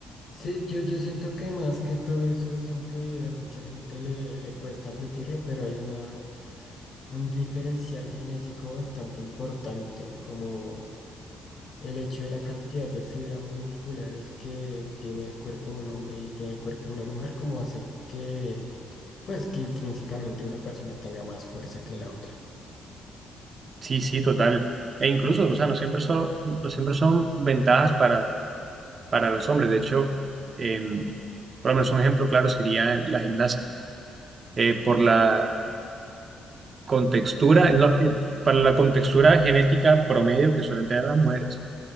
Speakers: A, on the left; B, on the right.
A: Sí, yo, yo siento que más que todo eso es, aunque a mucha gente le, le cuesta admitirlo, pero hay una, un diferencial genético bastante importante, como el hecho de la cantidad de fibras musculares que tiene el cuerpo de un hombre y tiene el cuerpo de una mujer, como hace que, pues, que intrínsecamente una persona tenga más fuerza que la otra.
B: Sí, sí, total. E incluso, o sea, no siempre son, no siempre son ventajas para, para los hombres. De hecho, em, por lo menos un ejemplo claro sería la gimnasia. Eh, por la contextura, no, eh, para la contextura genética promedio que suelen tener las mujeres,